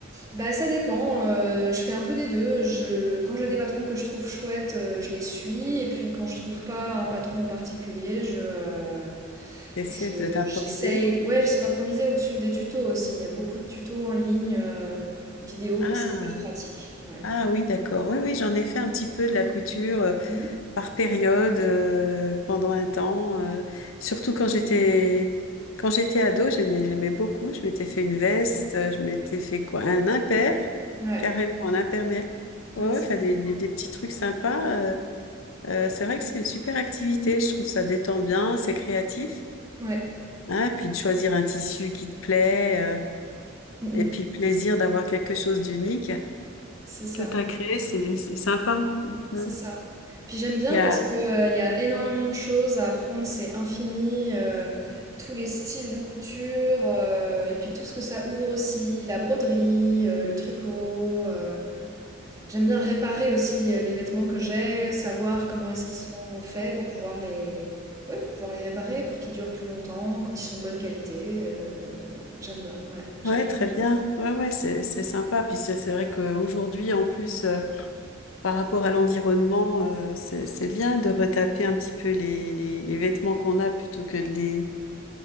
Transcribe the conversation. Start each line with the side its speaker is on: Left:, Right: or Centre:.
Right: Bah, ça dépend, heu, je fais un peu des 2. Je quand j'ai des patrons que je trouve chouettes, heu, je les suis et puis quand je trouve pas un patron en particulier, je, heu,
Left: t'essaies
Right: je
Left: de- d'improviser?
Right: j'essaye ouais, j'essaie d'improviser au-dessus des tutos aussi. Il y a beaucoup de tutos en ligne, heu, vidéo
Left: Ah,
Right: et c'est hyper pratique. Ouais.
Left: ah oui, d'accord. Oui, oui, j'en ai fait un petit peu de la couture. euh,
Right: Mmh
Left: par période, euh, pendant un temps. euh, surtout quand j'étais quand j'étais ado, j'aimais j'aimais beaucoup. Je m'étais fait une veste, euh, je m'étais fait quoi? Un impair,
Right: Ouais.
Left: carrément un impair. Mais
Right: Ouais,
Left: ouais, ouais,
Right: c'est
Left: enfin
Right: vraiment
Left: des, des, des petits trucs sympas. euh, euh, c'est vrai que c'est une super activité. Je trouve ça détend bien, c'est créatif.
Right: ouais.
Left: Hein, puis de choisir un tissu qui te plaît, euh,
Right: Mmh
Left: et
Right: mh.
Left: puis le plaisir d'avoir quelque chose d'unique.
Right: C'est ça.
Left: que tu as créé, c'est c'est sympa. Mhm.
Right: C'est ça. Puis j'aime bien
Left: Il y
Right: parce
Left: a-
Right: que, heu, il y a énormément de choses à apprendre, c'est infini, heu, tous les styles de couture, heu et puis tout ce que ça ouvre aussi, la broderie, heu, le tricot, heu. J'aime bien réparer aussi, heu, les vêtements que j'ai, savoir comment est-ce qu'ils sont faits pour pouvoir les ouais, pour pouvoir les réparer, pour qu'ils durent plus longtemps, quand ils sont de bonne qualité, heu, j'aime bien, ouais, j'aime
Left: Ouais,
Right: vraiment
Left: très bien.
Right: ça.
Left: Ouais, ouais, c'est c'est sympa. Puis c'est c'est vrai qu'aujourd'hui, en plus, euh, par rapport à l'environnement, euh, c'est c'est bien de retaper un petit peu les, les, les vêtements qu'on a plutôt que de les